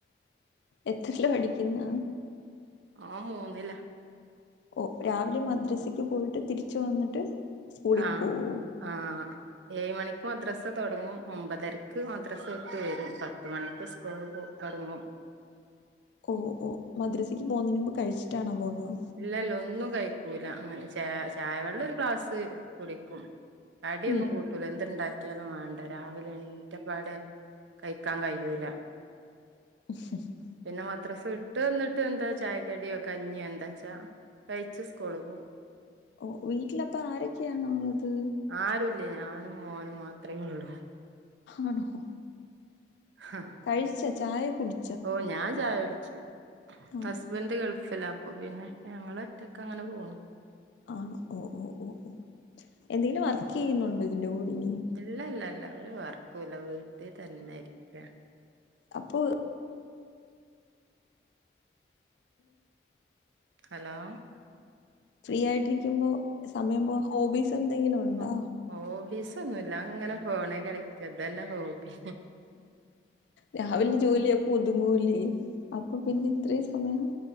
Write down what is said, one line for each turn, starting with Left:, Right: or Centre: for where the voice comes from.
Left: എത്രയിലാ പഠിക്കുന്നത്
Right: ഓന് മൂന്നിലാ
Left: ഓഹ് രാവിലെ മദ്രസിക്ക് പോയിട്ട് തിരിച്ച് വന്നിട്ട് സ്കൂളിൽ
Right: ആഹ്
Left: പോവോ
Right: ആഹ് ഏഴ് മണിക്ക് മദ്രസ താെടങ്ങും ഒമ്പതരക്ക് മദ്രസ വിട്ട് വെരും പത്ത് മണിക്ക് സ്കൂള് പോവും കടന്നു
Left: ഓഹ് ഓഹ് മദ്രസ്ക്ക് പോവുന്നതിന് മുമ്പ് കഴിച്ചിട്ടാണോ പോവുന്നത്
Right: ഇല്ലല്ല ഒന്നും കഴിക്കൂല അങ്ങനെ ചേ ചായവെള്ളം ഒരു ഗ്ലാസ് കുടിക്കും കടിയൊന്നും
Left: ഉം
Right: കൂട്ടൂല എന്ത് ഇണ്ടാക്കിയാലും വാണ്ട രാവിലെ എണീറ്റപ്പാടെ കയിക്കാൻ കയ്യൂല
Left: <unintelligible>
Right: പിന്നെ മദ്രസ വിട്ട് വന്ന്ട്ട് എന്താ ചായക്കടിയോ കഞ്ഞിയോ എന്താ ച്ച കഴിച്ച് സ്കൂള് പോവും
Left: ഓഹ് വീട്ടിലപ്പ ആരെക്കെയാണുള്ളത്
Right: ആരുല്ലേ ഞാനും മോനും മാത്രേ ഉള്ളൂ
Left: ആണോ ഹൊ
Right: ഹ
Left: കഴിച്ചാെ ചായ കുടി
Right: ഓഹ് ഞാൻ ചായ കുടിച്ചു
Left: ആണോ
Right: ഹസ് ബെൻഡ് ഗൾഫിലാണ് അപ്പൊ പിന്നെ ഞങ്ങള് ഒറ്റക്ക് അങ്ങനെ പോണു
Left: ആണോ ഓഹ് ഓഹ് ഓഹ് എന്തെങ്കിലും വർക്കിയ്യുന്നുണ്ടോ ഇതിൻ്റെ കൂടെ ഇനിയും
Right: ഇല്ല ഇല്ലല്ല ഒരു വർക്കും ഇല്ല വീട്ടിൽ തന്നെ ഇരിക്കാ
Left: അപ്പോൾ
Right: ഹലോ
Left: ഫ്രീ ആയിട്ടിരിക്കുമ്പൊ സമയം പോവാൻ ഹോബീസ് എന്തെങ്കിലും ഉണ്ടോ?
Right: <unintelligible> ഹോബീസ് ഒന്നുല്ല അങ്ങനെ ഫോണില് കളിക്കാ ഇതന്നെ ഹോബി
Left: രാവിലെ ജോലിയാെക്കെ ഒതുങ്ങൂലേ അപ്പൊ പിന്നെ ഇത്രയും സമയം